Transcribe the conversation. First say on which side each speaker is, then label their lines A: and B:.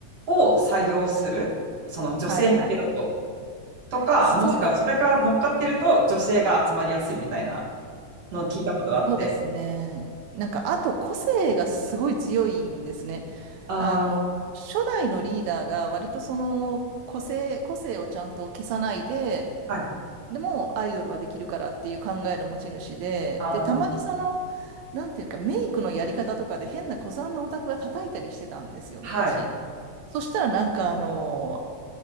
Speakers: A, on the right; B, on the right.
A: を採用するその女性向けだと
B: はいはい。
A: とかもしくはそれが乗っかってると女性が集まりやすいみたいな
B: そうですね。
A: のを聞いたことがあって
B: そうですね。なんかあと個性がすごい強いんですね。
A: ああ
B: あの、初代のリーダーが割とその個性、個性をちゃんと消さないで、
A: はい
B: でもアイドルはできるからっていう考えの持ち主で、
A: ああ
B: で、たまにその、なんていうか、メイクのやり方とかで変な古参のオタクが叩いたりしてたんですよ、
A: はい。
B: 昔。そしたらなんかあの、